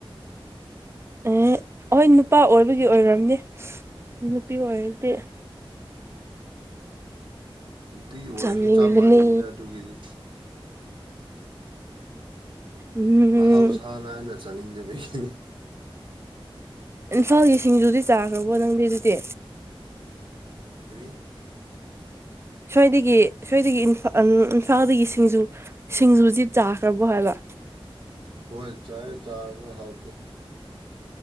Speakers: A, on the right; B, on the right.
A: ꯑꯦ ꯑꯣꯏ ꯅꯨꯄꯥ ꯑꯣꯏꯕꯒꯤ ꯑꯣꯏꯔꯝꯅꯤ ꯅꯨꯄꯤ ꯑꯣꯏꯔꯗꯤ
B: ꯅꯨꯄꯤ ꯑꯣꯏꯔꯁꯨ
A: ꯆꯥꯅꯤꯡꯕꯅꯤ
B: ꯆꯞ ꯃꯥꯉꯤꯅꯤꯗ ꯑꯗꯨꯒꯤꯗꯤ
A: ꯎꯝ
B: ꯃꯍꯥꯎꯁꯥꯅ ꯑꯩꯅ ꯆꯥꯅꯤꯡꯗꯕꯒꯤ
A: ꯏꯝꯐꯥꯜꯒꯤ ꯁꯤꯡꯖꯨꯗꯤ ꯆꯥꯈ꯭ꯔꯕꯣ ꯅꯪꯗꯤ ꯗꯨꯗꯤ
B: ꯀꯔꯤ
A: ꯁ꯭ꯋꯥꯏꯗꯒꯤ ꯁ꯭ꯋꯥꯏꯗꯒꯤ ꯏꯝꯐꯥ ꯑꯝ ꯏꯝꯐꯥꯜꯗꯒꯤ ꯁꯤꯡꯖꯨ ꯁꯤꯡꯖꯨꯖꯤ ꯆꯥꯈ꯭ꯔꯕꯣ ꯍꯥꯏꯕ
B: ꯍꯣꯏ ꯆꯥꯏ ꯆꯥꯔꯖꯨ ꯍꯥꯎꯇꯦ